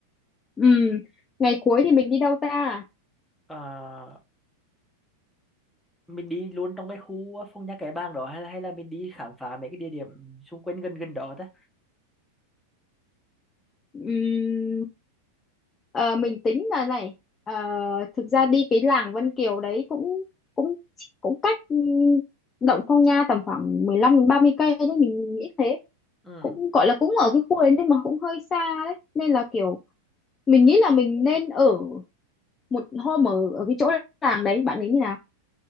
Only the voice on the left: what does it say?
ừ ngày cuối thì mình đi đâu ta
ừ, ờ, mình tính là này ờ, thực ra đi cái làng Vân Kiều đấy cũng cũng cũng cách ừ, Động Phong Nha tầm khoảng 15 đến 30 cây đấy mình, mình nghĩ thế
cũng gọi là cũng ở cái khu đấy nhưng mà cũng hơi xa đấy nên là kiểu mình nghĩ là mình nên ở một hôm ở ở cái chỗ làng đấy bạn nghĩ như nào